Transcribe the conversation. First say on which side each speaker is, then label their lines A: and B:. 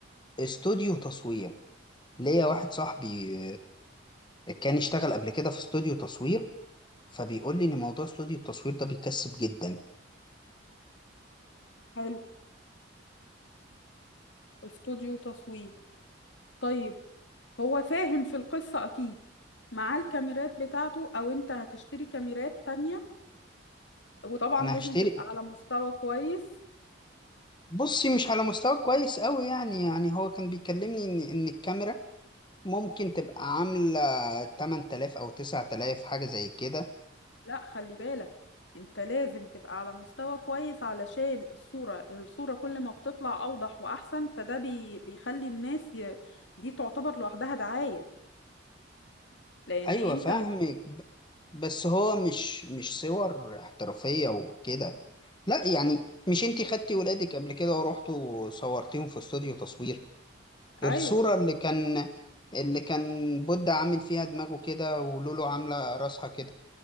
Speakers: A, on the left; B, on the left.
A: استوديو تصوير ليا واحد صاحبي آه، كان اشتغل قبل كده في استوديو تصوير فبيقول لي ان موضوع استوديو التصوير ده بيكسب جدا
B: حلو استوديو تصوير طيب هو فاهم في القصة اكيد معاه الكاميرات بتاعته او انت هتشتري كاميرات تانية وطبعا
A: انا
B: لازم
A: هشترك
B: تبقى على مستوى كويس
A: بصي مش على مستوى كويس قوي يعني يعني هو كان بيكلمني ان ان الكاميرا ممكن تبقى عامله 8000 او 9000 حاجه زي كده
B: لا خلي بالك انت لازم تبقى على مستوى كويس علشان الصورة الصورة كل ما بتطلع اوضح واحسن فده بي بيخلي الناس ي... دي تعتبر لوحدها دعاية لان
A: ايوه
B: انت
A: فاهمك
B: ب...
A: ب- بس هو مش مش صور احترافيه وكده لا يعني مش انتي خدتي ولادك قبل كده ورحتوا صورتيهم في استوديو تصوير
B: ايوه
A: الصوره اللي كان اللي كان بودة عامل فيها دماغه كده ولولو عامله راسها كده